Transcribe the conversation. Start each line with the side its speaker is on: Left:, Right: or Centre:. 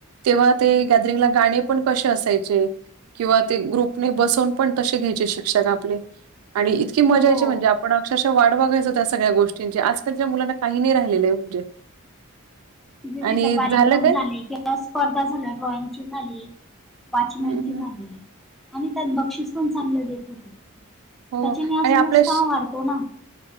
Right: तेव्हा ते गॅदरिंगला गाणे पण कसे असायचे किंवा ते ग्रुपने बसवून पण कसे घ्यायचे शिक्षक आपले आणि इतकी मजा
Centre: हो
Right: यायची म्हणजे आप पण अक्षरशः वाढवागायचो त्या सगळ्या गोष्टींची आजकालच्या मुलांना काही नाही राहिलेलं आहे म्हणजे
Centre: विविध
Right: आणि
Centre: कार्यक्रम
Right: झालं काय
Centre: झाले किंवा स्पर्धा झाल्या ड्रॉइंग ची झाली वाचनाची
Right: हं,
Centre: झाली आणि त्यात बक्षीस पण चांगले देत होत त्याचे
Right: हो
Centre: मी आज
Right: आणि
Centre: नुसता
Right: आपल्या श
Centre: वाढतो ना